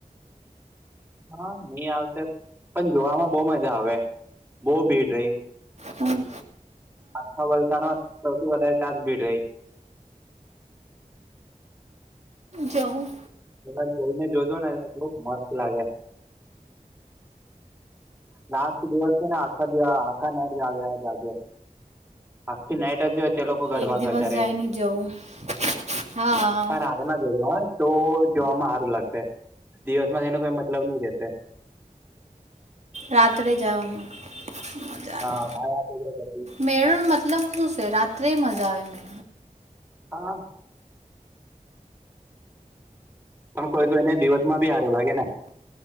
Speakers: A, on the right; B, on the right.
A: હા ની આવતે પણ જોવામાં બો મજા આવે. બો ભીડ રેય.
B: હમ્મ
A: આખા વલસાડમાં સૌથી વધારે તાજ ભીડ રેય.
B: જાહુ
A: <unintelligible> જોઈને જોજો ને કેટલુંક મસ્ત લાગે લાસ્ટ દિવસે ને આખા <unintelligible> આખા નાડી જાગ્યા જાગ્યા. આખી નાઈટ અજત તે લોકો ગરબા
B: એક દિવસ
A: કરતા રેય
B: જઈને જવું હા
A: પણ રાતના જોજો હ. તો જોવામાં હારું લાગશે દિવસમાં તેનો કઈ મતલબ ની રેશે.
B: રાત્રે જવાનું ખુબ મજા આવે
A: હા બાર વાગે
B: મેળોમત રમુસે રાત્રેય મજા આવે ને.
A: હા. પણ કોઈ કોઈ દિવસમાં બી હારું વાગે ને.